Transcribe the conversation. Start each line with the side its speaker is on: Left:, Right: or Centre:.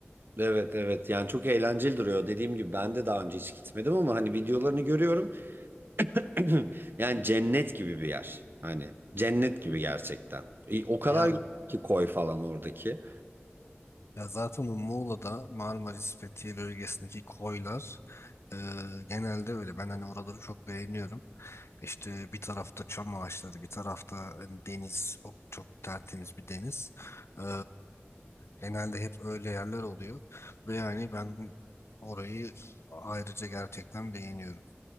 Right: Evet evet yani çok eğlenceli duruyor. Dediğim gibi ben de daha önce hiç gitmedim ama hani videolarını görüyorum. <clears throat> Yani cennet gibi bir yer. Hani cennet gibi gerçekten. E, O kadar
Left: Ya,
Right: ki koy falan oradaki.
Left: ya zaten o Muğla'da Marmaris Fethiye bölgesindeki koylar e, genelde öyle. Ben hani oraları çok beğeniyorum. İşte bir tarafta çam ağaçları, bir tarafta hani deniz, çok, çok tertemiz bir deniz. E, genelde hep öyle yerler oluyor ve yani ben orayı ayrıca gerçekten beğeniyorum.